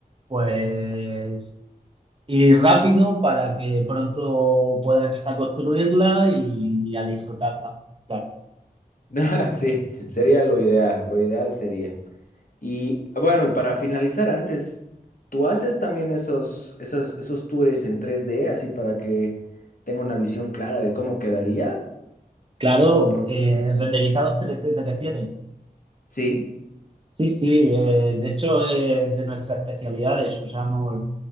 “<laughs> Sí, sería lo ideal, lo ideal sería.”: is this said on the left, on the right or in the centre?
Left